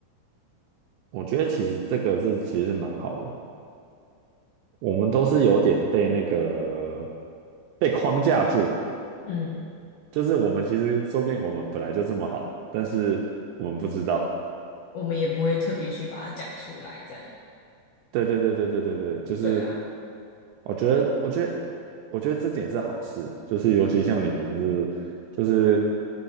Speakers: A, on the right; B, on the left.
A: 我觉得其实这个是其实是蛮好的，我们都是有点被那个被框架住，
B: 嗯，
A: 就是我们其实说不定我们本来就这么好，但是我们不知道。
B: 我们也不会特别去把它讲出来，这样，
A: 对对对对对对对，就是
B: 对啊。
A: 我觉得我觉得我我觉得这点是好事，就是尤其像你们是就是